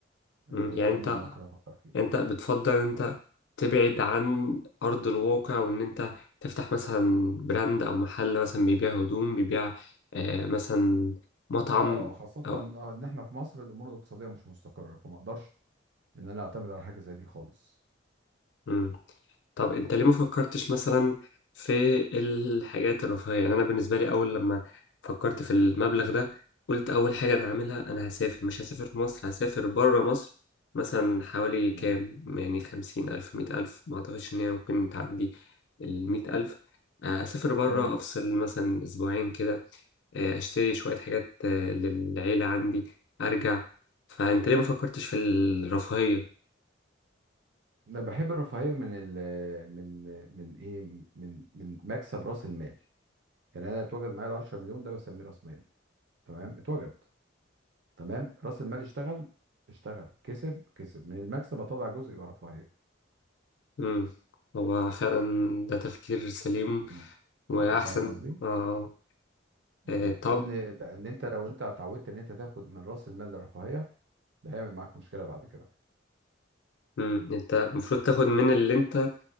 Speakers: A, on the left; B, on the right.
A: مم.
B: آه،
A: يعني
B: ده
A: أنت
B: اللي ممكن افكر فيه
A: انت بتفضل انت تبعد عن ارض الواقع وان انت تفتح مثلا براند او محل مثلا بيبيع هدوم بيبيع آه مثلا مطعم
B: اه خاصه
A: او
B: آه، ان احنا في مصر الامور الاقتصاديه مش مستقره فما اقدرش ان انا اعتمد على حاجه زي دي خالص
A: مم. طب انت ليه ما فكرتش مثلا في الحاجات الرفاهية يعني انا بالنسبة لي اول لما فكرت في المبلغ ده قلت اول حاجة انا هعملها انا هسافر مش هسافر في مصر هسافر بره مصر مثلا حوالي كام
B: تمام
A: يعني خمسين الف مية الف ما اعتقدش ان هي ممكن تعدي المية الف آه، اسافر بره
B: تمام
A: افصل مثلا اسبوعين كده آه، اشتري شوية حاجات آه، للعيلة عندي ارجع فانت ليه ما فكرتش في الرفاهية
B: انا بحب الرفاهيه من ال من من ايه من من مكسب راس المال يعني انا اتوجد معايا ال 10 مليون ده بسميه راس مال تمام اتوجد تمام راس المال اشتغل اشتغل كسب كسب من المكسب اطلع جزء يبقى رفاهيه
A: مم. هو فعلا ده تفكير سليم
B: مم.
A: واحسن
B: انت فاهم قصدي
A: اه
B: لان
A: إيه طب
B: لان انت لو انت اتعودت ان انت تاخد من راس المال للرفاهيه ده هيعمل معاك مشكله بعد كده
A: مم. انت المفروض تاخد من اللي انت